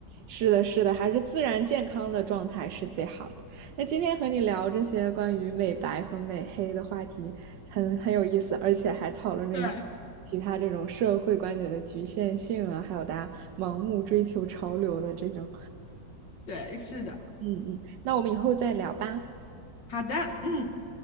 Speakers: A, on the right (about 80°); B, on the left (about 85°).
A: 是的，是的，还是自然健康的状态是最好的。那今天和你聊这些关于美白和美黑的话题很，很有意思，而且还讨论了一些其他这种社会观点的局限性啊，
B: 对
A: 还有大家盲目追求潮流的这种。
B: 对，是的，
A: 嗯嗯，那我们以后再聊吧。
B: 好的，嗯。